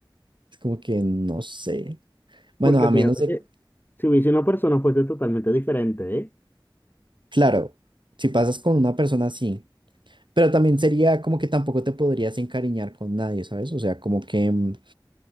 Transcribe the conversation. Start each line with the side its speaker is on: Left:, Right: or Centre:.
Right: Es como que no sé. Bueno,
Left: Porque
Right: a
Left: fíjate
Right: menos de,
Left: que si hubiese una persona fuese totalmente diferente, ¿eh?
Right: claro, si pasas con una persona así, pero también sería como que tampoco te podrías encariñar con nadie, ¿sabes? O sea, como que mm,